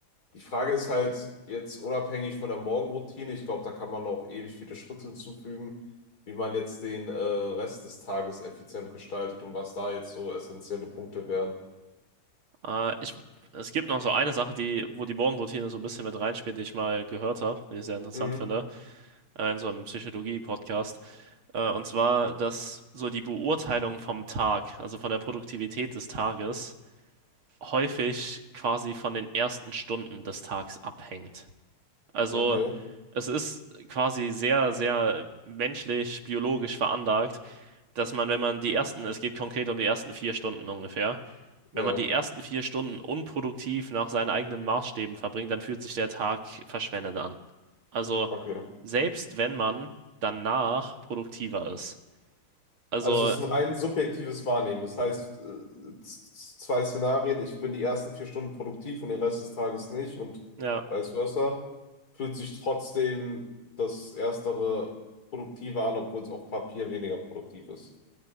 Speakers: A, on the left (about 45°); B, on the right (about 70°).
A: die Frage ist halt jetzt unabhängig von der Morgenroutine, ich glaube, da kann man auch ewig viele Schritte hinzufügen, wie man jetzt den äh, Rest des Tages effizient gestaltet und was da jetzt so essentielle Punkte wären.
B: Äh, ich, es gibt noch so eine Sache, die, wo die Morgenroutine so ein bisschen mit reinspielt, die ich mal gehört habe, die ich sehr interessant
A: Mhm,
B: finde, äh, in so einem Psychologie-Podcast. Äh, und zwar, dass so die Beurteilung vom Tag, also von der Produktivität des Tages, häufig quasi von den ersten Stunden des Tags abhängt. Also
A: okay,
B: es ist quasi sehr, sehr menschlich, biologisch veranlagt, dass man, wenn man die ersten, es geht konkret um die ersten vier Stunden ungefähr, wenn
A: ja,
B: man die ersten vier Stunden unproduktiv nach seinen eigenen Maßstäben verbringt, dann fühlt sich der Tag verschwendet an. Also
A: okay.
B: selbst wenn man danach produktiver ist. Also
A: Also es ist ein rein subjektives Wahrnehmen. Das heißt, äh, z- z- zwei Szenarien, ich bin die ersten vier Stunden produktiv und den Rest des Tages nicht und
B: ja,
A: vice versa, fühlt sich trotzdem das Erstere produktiver an, obwohl es auf Papier weniger produktiv ist.